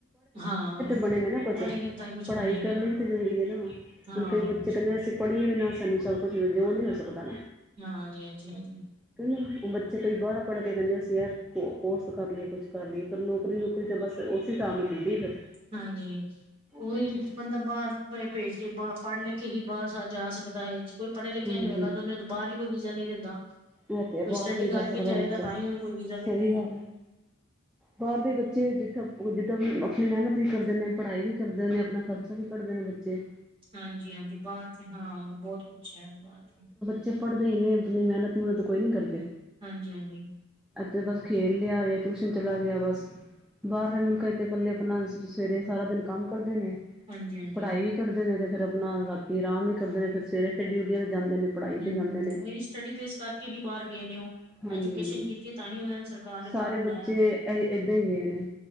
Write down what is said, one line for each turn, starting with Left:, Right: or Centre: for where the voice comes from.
Right: ਹਾਂ
Centre: ਬਣੇ ਨੇ ਨਾ ਕੁਛ,
Right: ਪੜ੍ਹੇਗੇ ਤਾਂ ਹੀ ਕੁਛ
Centre: ਪੜ੍ਹਾਈ
Right: ਬਣੇਗੇ
Centre: ਕਰਨ ਲਈ ਤੇ ਵੀ ਜ਼ਰੂਰੀ ਹੈ ਨਾ
Right: ਹਾਂ
Centre: ਹੁਣ ਕਈ ਬੱਚੇ
Right: ਹਾਂਜੀ
Centre: ਕਹਿੰਦੇ ਅਸੀਂ ਪੜ੍ਹੀਏ ਵੀ ਨਾ ਸਾਨੂੰ ਸਭ ਕੁਛ ਜੇ ਉ ਨੀ ਹੋ ਸਕਦਾ
Right: ਹਾਂਜੀ ਹਾਂ <unintelligible>
Centre: ਕਿਉਂਕ ਉਹ ਬੱਚੇ ਕਈ ਬਾਹਰਾਂ ਪੜ੍ਹ ਕੇ <unintelligible> ਕੋਸ ਕਰ ਲਈਏ ਕੁਛ ਕਰ ਲਈਏ ਫਿਰ ਨੌਕਰੀ ਨੁਕਰੀ ਤੇ ਬਸ ਉਸ ਹਿਸਾਬ ਨਾਲ ਮਿਲਦੀ ਫਿਰ
Right: ਹਾਂਜੀ ਉਹੀ
Centre: ਕਿ ਨਹੀਂ
Right: ਬੰਦਾ ਬਾਹਰ ਭੇਜ ਕੇ ਬਾਹ ਪੜ੍ਹ ਲਿਖ ਕੇ ਹੀ ਬਾਹਰ ਜਾ ਸਕਦਾ ਹੈ। ਜੇ ਕੋਈ ਪੜ੍ਹਿਆ ਲਿਖਿਆ
Centre: ਹਾਂਜੀ
Right: ਨੀ ਹੋਏਗਾ ਤੇ ਉਹਨੂੰ ਬਾਹਰ ਵੀ ਕੋਈ ਵੀਜ਼ਾ ਨਹੀਂ ਦਿੰਦਾ
Centre: ਮ ਤੇ
Right: ਕੋਈ
Centre: ਬਾਹਰ
Right: ਸਟੱਡੀ
Centre: ਵੀ ਨਹੀਂ
Right: ਕਰਕੇ
Centre: ਜਾ ਸਕਦਾ
Right: ਜਾਏਗਾ
Centre: ਬੱਚਾ
Right: ਤਾਂ ਹੀ ਉਹਨੂੰ ਕੋਈ ਵੀਜ਼ਾ
Centre: ਸਹੀ
Right: ਮਿਲੇਗਾ।
Centre: ਗੱਲ ਹੈ। ਬਾਹਰ ਦੇ ਬੱਚੇ ਜਿੱਥਾਂ ਜਿੱਦਾਂ ਆਪਣੀ ਮਿਹਨਤ ਵੀ ਕਰਦੇ ਨੇ ਪੜ੍ਹਾਈ ਵੀ ਕਰਦੇ ਨੇ ਆਪਣਾ ਖਰਚਾ ਵੀ ਕੱਢਦੇ ਨੇ ਅਤੇੇ
Right: ਹਾਂਜੀ ਹਾਂਜੀ, ਬਾਹਰ ਹਾਂ ਬਹੁਤ ਕੁਛ ਹੈ ਬਾਹਰ।
Centre: ਚੇ ਪੜ੍ਹਦੇ ਹੀ ਨੇ ਇਨੀ ਮਿਹਨਤ ਮਿਹਨਤ ਕੋਈ ਨੀ ਕਰਦੇ
Right: ਹਾਂਜੀ ਹਾਂਜੀ,
Centre: ਅਤੇਥ ਬਸ ਖੇਡ ਲਿਆ ਗਿਆ ਟਿਊਸ਼ਨ ਚਲਾ ਗਿਆ ਬਸ। ਬਾਹਰਲੇ ਮੁਲਕਾਂ ਚ ਤੇ ਪੱਲੇ ਆਪਣਾ ਸਵੇਰੇ ਸਾਰਾ ਦਿਨ ਕੰਮ ਕਰਦੇ ਨੇ।
Right: ਹਾਂਜੀ-ਹਾਂਜੀ
Centre: ਪੜ੍ਹਾਈ ਵੀ ਕਰੱਢਦੇ ਨੇ ਤੇ ਫੇਿਰ ਆਪਣਾ ਰਾਤੀ ਆਰਾਮ ਵੀ ਕਰਦੇ ਨੇ ਫਿਰ ਸਵੇਰੇ ਫਿਰ ਡਿਊਟੀਆਂ ਤੇ ਜਾਂਦੇ ਨੇ। ਪੜ੍ਹਾਈ ਤੇ
Right: ਹਮ
Centre: ਜਾਂਦੇ ਨੇ।
Right: ਉਹੀ ਸਟੱਡੀ ਬੇਸ ਕਰਕੇ ਹੀ ਬਾਹਰ ਗਏ ਨੇ ਉਹ।
Centre: ਹਾਂਜੀ
Right: ਐਜੂਕੇਸ਼ਨ
Centre: ਹਾਂਜੀ
Right: ਕੀਤੀ ਤਾਂ ਹੀ ਉਹਨਾਂ ਨੇ ਸਰਕਾਰ ਨੇ
Centre: ਸਾਰੇ
Right: ਬਾਹਰ ਬੁਲਾਇਆ
Centre: ਬੱਚੇ ਏਦਾਂ ਹੀ ਗਏ ਨੇ।